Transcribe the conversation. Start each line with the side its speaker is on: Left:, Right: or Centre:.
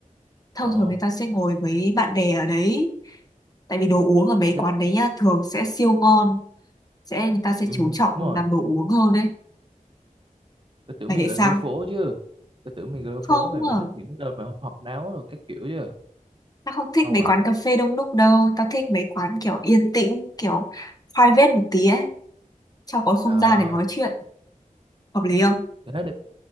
Left: thông
Right: ờ
Left: thường người ta sẽ ngồi với bạn bè ở đấy tại vì đồ uống ở mấy quán
Right: thế-
Left: đấy nhá thường sẽ siêu ngon sẽ người ta sẽ
Right: ừ,
Left: chú trọng
Right: đúng rồi
Left: làm đồ uống hơn đấy
Right: tôi tưởng
Left: Mày
Right: mày
Left: thấy
Right: là
Left: sao?
Right: girl phố chứ tôi tưởng mày girl
Left: Không
Right: phố mày phải
Left: à,
Right: thích những cái nơi mà hoạt náo rồi các kiểu chứ
Left: tao không thích
Right: không
Left: mấy
Right: à
Left: quán cà phê đông đúc đâu, tao thích mấy quán kiểu yên tĩnh, kiểu private một tí ấy, cho có không
Right: ờ
Left: gian để nói chuyện, hợp lý không?
Right: thế được